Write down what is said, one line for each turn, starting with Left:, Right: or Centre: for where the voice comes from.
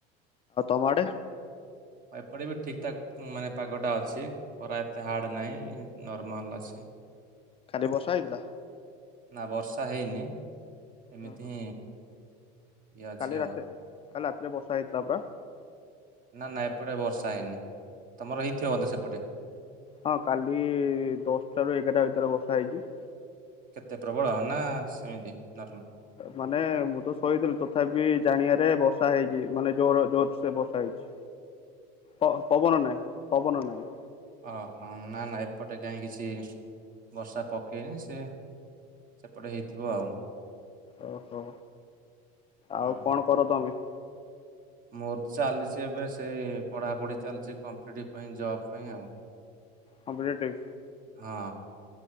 Left: କୁଆଡ଼େ?
Right: ଏପଟେ ବି ଠିକ୍ ଠାକ୍ ମାନେ ପାଗଟା ଅଛି, ଖରା ଏତେ ହାର୍ଡ ନାହିଁ ନର୍ମାଲ ଅଛି।
Left: କାଲି ବର୍ଷା ହେଇଥିଲା?
Right: ନା ବର୍ଷା ହେଇନି, ଏମିତି
Left: ଓହୋ
Right: ଇଏ ଅଛି
Left: କାଲି ରାତିରେ,
Right: ଆଉ
Left: କାଲି ରାତିରେ ବର୍ଷା ହେଇଥିଲା ପା।
Right: ନା- ନା ଏପଟେ ବର୍ଷା ହେଇନି, ତମର ହେଇଥିବ ବୋଧେ ସେପଟେ?
Left: ହଁ କାଲି ଦଶଟାରୁ ଏଗାରଟା ଭିତରେ ବର୍ଷା ହେଇଚି।
Right: କେତେ ପ୍ରବଳ ନା ସେମିତି ନର୍ମ
Left: ମାନେ ମୁଁ ତ ଶୋଇଥିଲି, ତଥାପି ଜାଣିଆରେ ବର୍ଷା ହେଇଚି ମାନେ ଜୋର ଜୋରସେ ବର୍ଷା ହେଇଚି। ପ ପବନ ନାଇଁ ପବନ ନାଇଁ।
Right: ଓ ହୋ ନା ନା ଏପଟେ କାଇଁ କିଛି ବର୍ଷା ପକେଇନି। ସେ ସେପଟେ ହେଇଥିବ ଆଉ।
Left: ଓ ହୋ ଆଉ
Right: ହୁଁ।
Left: କଣ କର ତମେ?
Right: ମୋର ଚାଲିଚି ଏବେ ସେଇ ପଢାପଢି ଚାଲିଚି, କମ୍ପଟି ପାଇଁ ଜବ୍ ପାଇଁ ଆଉ।
Left: କମ୍ପିଟେଟିଭ?
Right: ହଁ।